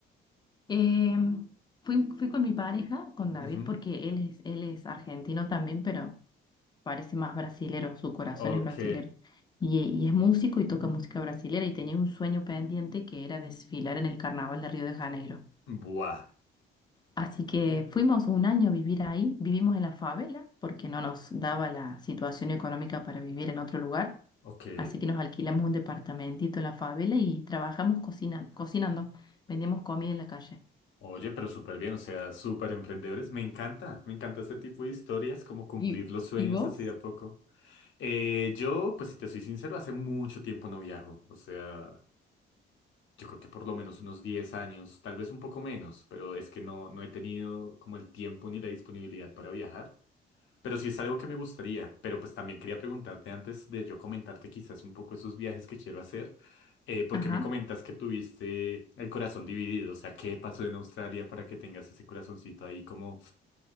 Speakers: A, on the left (about 20°); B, on the left (about 70°).
A: Em, fui, fui con mi pareja, con David,
B: Ujú.
A: porque él es, él es argentino también, pero parece más brasilero, su corazón
B: Ok,
A: es brasilero. Y, e- y es músico y toca música brasilera y tenía un sueño pendiente que era desfilar en el Carnaval de Río de Janeiro.
B: buah.
A: Así que fuimos un año a vivir ahí, vivimos en la favela porque no nos daba la situación económica para vivir en otro lugar.
B: Ok.
A: Así que nos alquilamos un departamentito en la favela y trabajamos cocinan- cocinando, vendíamos comida en la calle.
B: Oye, pero súper bien, o sea, súper emprendedores. Me encanta, me encanta este tipo de historias, como cumplir
A: ¿Y,
B: los sueños
A: y vos?
B: así de a poco. Eh, yo, pues si te soy sincero, hace mucho tiempo no viajo, o sea, yo creo que por lo menos unos 10 años, tal vez un poco menos, pero es que no, no he tenido como el tiempo ni la disponibilidad para viajar. Pero sí es algo que me gustaría, pero pues también quería preguntarte antes de yo comentarte quizás un poco esos viajes que quiero hacer, eh, porque
A: Ajá.
B: me comentas que tuviste el corazón dividido, o sea, ¿qué pasó en Australia para que tengas ese corazoncito ahí como